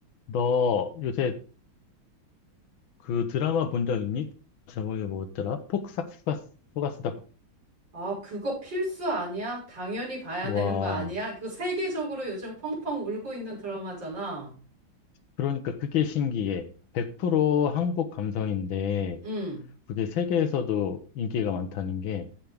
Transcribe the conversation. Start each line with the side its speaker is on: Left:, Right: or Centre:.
Left: 너 요새 그 드라마 본 적 있니? 제목이 뭐였더라? 폭삭 속았- 속았수다.
Right: 아, 그거 필수 아니야? 당연히 봐야
Left: 와,
Right: 되는 거 아니야? 이거 세계적으로 요즘 펑펑 울고 있는 드라마잖아.
Left: 그러니까 그게 신기해. 100% 한국 감성인데
Right: 응.
Left: 그게 세계에서도 인기가 많다는 게